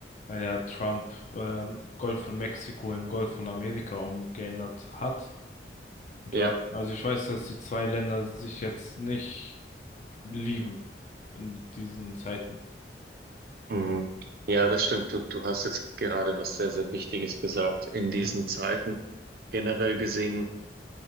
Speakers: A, on the left; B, on the right.
A: weil ja Trump ähm, Golf von Mexiko in Golf von Amerika umgeändert hat. Und
B: ja,
A: ja, also ich weiß, dass die zwei Länder sich jetzt nicht lieben in diesen Zeiten.
B: mhm. Ja, das stimmt. Du, du hast jetzt gerade was sehr, sehr Wichtiges gesagt. In diesen
A: Mhm.
B: Zeiten generell gesehen